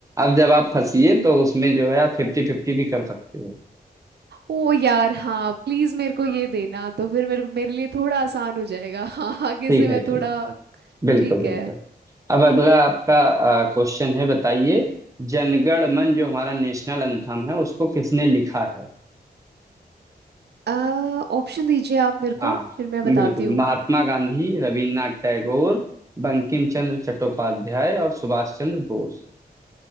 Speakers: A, on the right (about 20°); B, on the right (about 80°).
A: अब जब आप फंसिए तो उसमें जो है आप फिफ्टी फिफ्टी भी कर सकते हो
B: ओ यार हाँ प्लीज मेरे को ये देना तो फिर मेरे मेरे लिए थोड़ा आसान हो जाएगा <laughs> हाँ आगे
A: ठीक
B: से
A: है
B: मैं
A: ठीक
B: थोड़ा
A: बिल्कुल
B: ठीक
A: बिल्कुल
B: है
A: अब अगला आपका क्वेश्चन है बताइए जनगण मन जो हमारा नेशनल एंथम है उसको किसने लिखा है
B: अ ऑप्शन दीजिए आप मेरे
A: हाँ
B: को फिर मैं बताती
A: बिल्कुल
B: हूँ
A: महात्मा गांधी रविन्द्रनाथ टैगोर बंकिम चंद्र चट्टोपाध्याय और सुभाष चंद्र बोस